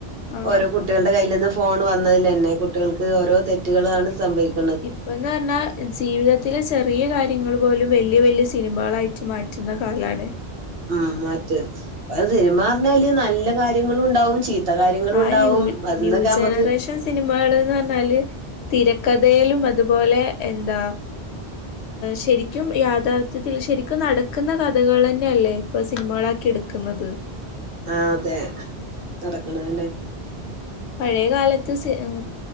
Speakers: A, on the left; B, on the right.
A: ആഹ്
B: ഓരോ കുട്ടി കുട്ടികളുടെ കയ്യിൽ നിന്ന് ഫോൺ വന്നതിലെന്നെ കുട്ടികൾക്ക് ഓരോ തെറ്റുകളാണ് സംഭവിക്
A: ഇപ്പ എന്ന് പറ്ഞ്ഞാ ജീവിതത്തിലെ ചെറിയ കാര്യങ്ങൾ പോലും വല്യ വല്യ സിനിമകളായിട്ട് മാറ്റുന്ന കാലാണ്.
B: ഉം മറ്റെ ആഹ് സിനിമ പറ്ഞ്ഞാല് നല്ല കാര്യങ്ങളും ഇണ്ടാവും ചീത് -- <unintelligible> കാര്യങ്ങളുണ്ടാവും
A: ആ ന്യൂ
B: അതിന്നൊക്കെ
A: ന്യൂ
B: നമ്മക്ക്
A: ജനറേഷൻ സിനിമകൾന്ന് പറഞ്ഞാല് തിരക്കഥയിലും അതുപോലെ എന്താ ശരിക്കും യാഥാർഥ്യത്തിൽ ശരിക്കും നടക്ക്ന്ന കഥകളെന്നെയല്ലേ ഇപ്പൊ സിനിമകളാക്കി എട്ക്ക്ന്നത്
B: ആഹ് അതെ നടക്ക്ണതെന്നെ
A: പഴയകാലത്ത് സി ഉം